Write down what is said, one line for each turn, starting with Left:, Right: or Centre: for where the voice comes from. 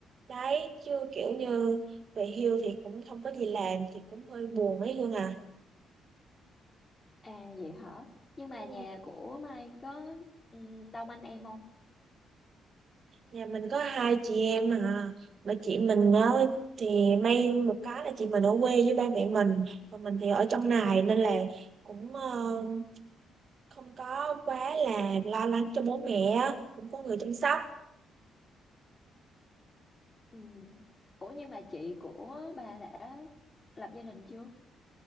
Right: đấy chứ kiểu như về hưu thì cũng không có gì làm thì cũng hơi buồn ấy Hương à
Left: à vậy hả nhưng mà
Right: ừ.
Left: nhà của Mai có ừm, đông anh em không
Right: Nhà mình có hai chị em à mà chị mình á thì may một cái là chị mình ở quê với ba mẹ mình còn mình thì ở trong này nên là cũng ờ, không có quá là lo lắng cho bố mẹ á, cũng có người chăm sóc
Left: Ừm. ủa nhưng mà chị của bà đã lập gia đình chưa